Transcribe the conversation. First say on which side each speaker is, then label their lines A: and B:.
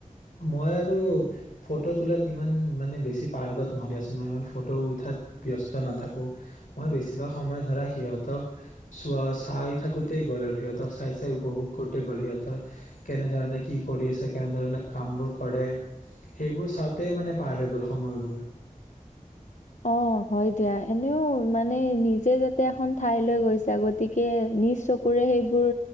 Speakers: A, on the left; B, on the left.
A: মই আৰু ফটো তোলাত ইমান মানে বেছি পাৰ্কত নহৰিচোন মই ইমান ফটো উঠাত ব্যস্ত নাথাকো মই বেছিভাগ সময় ধৰা সিহঁত সিহতক চোৱা চাই থাকোতেই গ'ল আৰু সিহঁতক চাই চাই উপভোগ কৰোতে গ'ল সিহঁতৰ কেনেধৰণে কি কৰি আছে কেনেধৰণে কামবোৰ কৰে সেইবোৰ চাওঁতে মানে পাৰ হৈ গ'ল সময়বোৰ
B: অ হয় দিয়া এনেও মানে নিজে যাতে এখন ঠাইলৈ গৈছা গতিকে নিজ চকুৰে সেইবোৰ